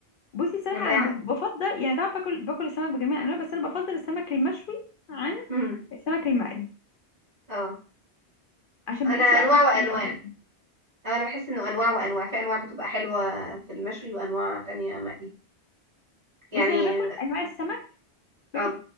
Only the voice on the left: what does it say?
بصي صراحه
انا ب- بفضل يعني طبعا باكل باكل السمك بجميع انواعه بس انا بفضل السمك المشوي عن
السمك المقلي
عشان
بحسه
اخف
يعني كده
بصي انا باكل انواع السمك باكل